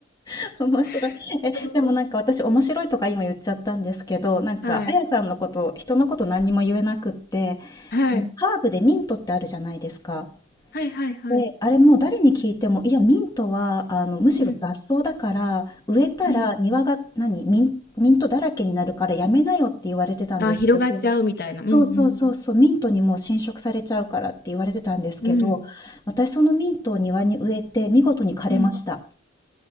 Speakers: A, on the left; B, on the left.
A: <laughs> 面白い。
B: <laughs>
A: え、
B: そう。
A: でもなんか私面白いとか今言っちゃったんですけど、なんかあやさんのこと、
B: はい。
A: 人のこと何にも言えなくって、
B: はい。
A: あの、ハーブでミントってあるじゃないですか。
B: はいはいはい。
A: で、あれもう誰に聞いても、いや、ミントは、あの、むしろ雑草だから、
B: うん。
A: 植えたら庭が、
B: うん。
A: 何、ミン、ミントだらけになるからやめなよって言われてたんですけど、
B: あ、広がっちゃうみたいな。
A: そうそうそうそう、
B: うん
A: ミントにもう侵食されちゃうからって言われてたんですけど、
B: うん。うん。
A: 私そのミントを庭に植えて見事に枯れました。
B: うん。